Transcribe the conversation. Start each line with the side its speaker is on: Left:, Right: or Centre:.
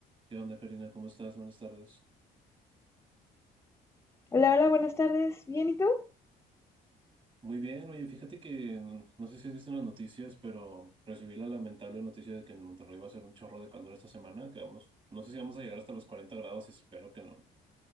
Right: ¿Qué onda, Karina? ¿Cómo estás? Buenas tardes.
Left: Hola, hola, buenas tardes. ¿Bien y tú?
Right: Muy bien, oye, fíjate que no, no sé si has visto en las noticias, pero recibí la lamentable noticia de que en Monterrey va a ser un chorro de calor esta semana, que vamos, no sé si vamos a llegar hasta los 40 grados, espero que no.